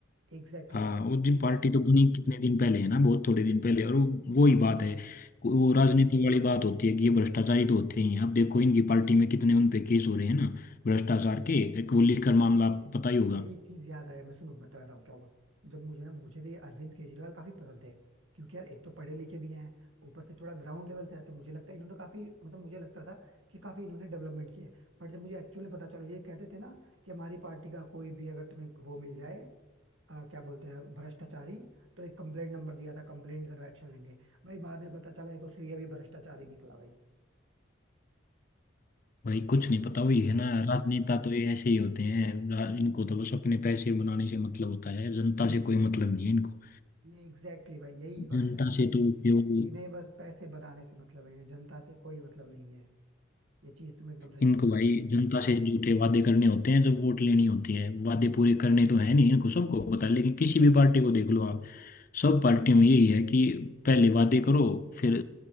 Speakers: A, on the right; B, on the left.
A: Exactly
B: हाँ
A: exactly.
B: वो जी पार्टी तो बनी कितने दिन पहले है ना बहुत थोड़े दिन पहले और वो वो ही
A: हाँ
B: बात है वो राजनीति वाली बात होती है कि ये भ्रष्टाचारी तो होते ही हैं अब देखो इनकी पार्टी में कितने उन पे केस हो रहे हैं ना भ्रष्टाचार के एक वो लेकर मामला
A: भाई
B: आपको
A: ये-
B: पता ही होगा
A: यही चीज याद आया मैं सुनो बता रहा हूँ क्या हुआ जब मुझे ना मुझे तो ये अरविंद केजरीवाल काफी पसंद थे क्योंकि यार एक तो पढ़े लिखे भी हैं ऊपर से थोड़ा ग्राउंड लेवल से आते मुझे लगता है इन्होंने काफी मतलब मुझे लगता था कि काफी इन्होंने डेवलपमेंट किया है बट जब मुझे एक्चुअली पता चला ये कहते थे ना कि हमारी पार्टी का कोई भी अगर तुम्हें वो मिल जाए अ, क्या बोलते हैं भ्रष्टाचारी तो एक कंप्लेंट नंबर दिया था कंप्लेंट करो एक्शन लेंगे भाई बाद में पता चला ये तो श्री अभी भ्रष्टाचारी निकला भाई
B: भाई कुछ
A: यही
B: नहीं
A: चीज
B: पता
A: है भाई
B: वही है ना राजनेता तो ये ऐसे ही होते हैं रा- इनको तो बस अपने पैसे बनाने से मतलब होता है जनता से कोई मतलब नहीं है इनको
A: ये एग्जैक्टली exactly भाई यही बात
B: जनता
A: है कि
B: से
A: इन्हें
B: तो केवल
A: इन्हें बस पैसे बनाने से मतलब है इन्हें जनता से कोई मतलब नहीं है ये चीज तुम एकदम सही
B: इनको
A: कह रहे
B: भाई
A: हो भाई
B: जनता से झूठे वादे करने होते हैं जब वोट लेनी होती है वादे पूरे करने तो है नहीं इनको सबको पता है लेकिन किसी भी पार्टी को देख लो आप सब पार्टियों में यही है कि पहले वादे करो फिर